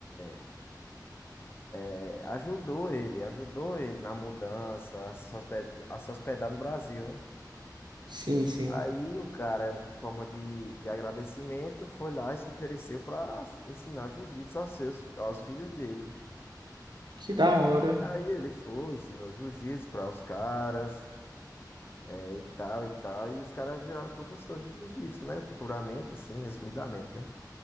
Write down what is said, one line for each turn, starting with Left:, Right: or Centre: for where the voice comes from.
Left: é, É, ajudou ele, ajudou ele na mudança, a se hospedar, a se hospedar no Brasil, né?
Right: Sim, sim.
Left: Aí o cara, com forma de, de agradecimento, foi lá e se ofereceu para ensinar jiu-jitsu aos seus, fi- aos filhos dele.
Right: Que da hora.
Left: E aí ele foi, ensinou jiu-jitsu para os caras, é, e tal, e tal. E os caras viraram professores de jiu-jitsu, né? Futuramente, assim, resumidamente, né?